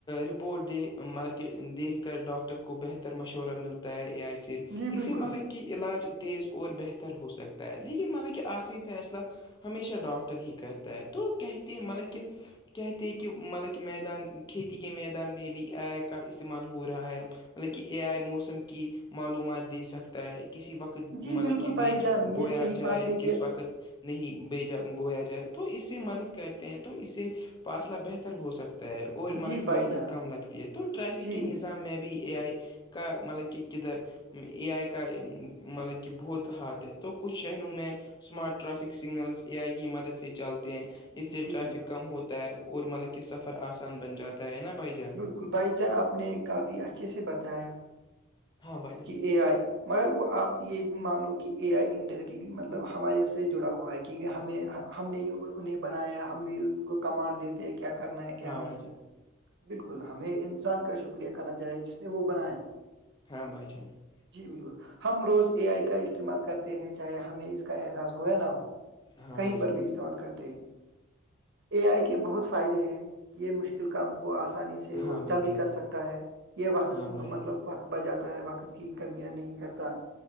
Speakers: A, on the left; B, on the right.
A: رپورٹ دیک مطلب کہ دیکھ کر ڈاکٹر کو بہتر مشورہ ملتا ہوتا ہے ے
B: جی
A: اسے
B: بالکل
A: مطلب کہ علاج تیز اور بہتر ہو سکتا ہے لیکن مطلب کہ آخری فیصلہ ہمیشہ ڈاکٹر ہی کہتا ہے تو کہتے ہیں مطلب کہ کہتے ہیں کہ مطلب کہ میدان کھیتی کے میدان میں بھی آے کا استعمال ہو رہا ہے مطلب کہ اے آئے موسم کی معلومات دے سکتا ہے کسی وقت
B: جی
A: مطلب
B: بالکل
A: کہ
B: بھائی
A: بیچ
B: جان
A: بویاں
B: یہ صحیح
A: جائےائے
B: بات ہے کہ
A: کس وقت نہیں بیجا بویا جائے تو اس سے مدد کرتے ہیں تو اس سے فاصلہ بہتر ہو سکتا ہے اور مطلب
B: جی
A: کہ
B: بھائی
A: محنت
B: جان
A: کم لگتی ہے تو ٹریفک
B: جی
A: کے نظام میں بھی اے آئی کا مطلب کہ کدھر اے آئی کا مطلب کہ بہت ہاتھ ہے تو کچھ شہروں میں smart traffic signals A I کی مدد سے چلتے ہیں اس سے
B: جی
A: ٹریفک
B: بالکل
A: کم ہوتا ہے اور مطلب کہ سفر آسان بن جاتا ہے نا بھائی جان
B: ل بھائی جان آپ نے کافی اچھے سے بتایا
A: ہاں بھائی جان
B: کہ ا آئی مگر وہ آپ یہ بھی مان لو کہ اے آئی انڈائریکٹلی مطلب ہمارے سے جڑا ہوا ہے کیونکہ ہمیں ہم نے انہیں بنایا ہے ہم بھی ان کو کمانڈ دیتے ہیں کیا کرنا ہے کیا
A: ہاں
B: نہیں
A: بھائی جان
B: بالکل ہمیں انسان کا شکریہ کرنا چاہیے جس نے وہ بنایا
A: ہاں بھائی جان <unintelligible>
B: جی بالکل ہم روز اے آئی کا استعمال کرتے ہیں چاہے ہمیں اس کا احساس ہو یا نہ ہو
A: ہاں
B: کہیں
A: بھائی
B: پر
A: جان
B: بھی استعمال کرتے ہیں اے آئی کے بہت فائدے ہیں یہ مشکل کام کو آسانی سے سے
A: ہاں
B: اور
A: بھائی
B: جلدی
A: جان
B: کر سکتا ہے یہ وقت
A: ہاں بھائی
B: مطلب وقت بجاتا ہے وقت کی کمیاں نہیں کرتا